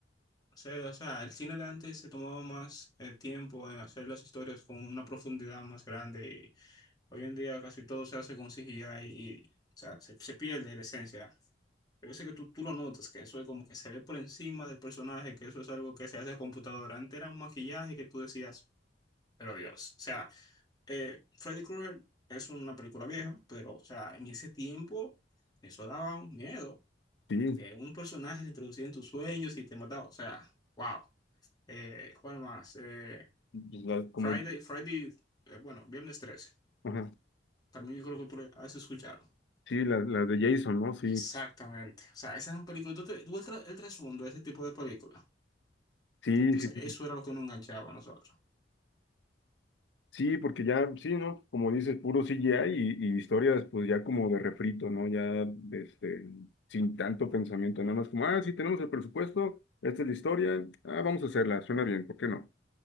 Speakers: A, on the left; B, on the left.
A: no sé, o sea, el cine de antes se tomaba más eh, tiempo en hacer las historias con una profundidad más grande y hoy en día casi todo se hace con CGI y, o sea, se, se pierde la esencia. Yo veces que tú, tú lo notas, que eso es como que se ve por encima del personaje, que eso es algo que se hace a computadora. Antes era un maquillaje que tú decías, pero Dios, o sea, eh, Freddy Krueger es una película vieja, pero, o sea, en ese tiempo eso daba un miedo,
B: Sí,
A: que un personaje se introducía en tus sueños y te mataba, o sea, wow. Eh, ¿cuál más? Eh,
B: pues, las- como,
A: Friday, Friday, eh, bueno, Viernes 13,
B: ajá,
A: también yo creo que tú le has escuchado.
B: sí, las las de Jason, ¿no? Sí,
A: Exactamente, o sea, esas son películas, tú, te- tú ves el, tra- el trasfondo de ese tipo de películas,
B: sí,
A: Entonces,
B: sí,
A: eso era lo que nos enganchaba a nosotros.
B: Sí, porque ya, sí, ¿no? Como dices, puro CGI y, y historias, pues ya como de refrito, ¿no? Ya, este, sin tanto pensamiento, nada más como, ah, sí, tenemos el presupuesto, esta es la historia, ah, vamos a hacerla, suena bien, ¿por qué no?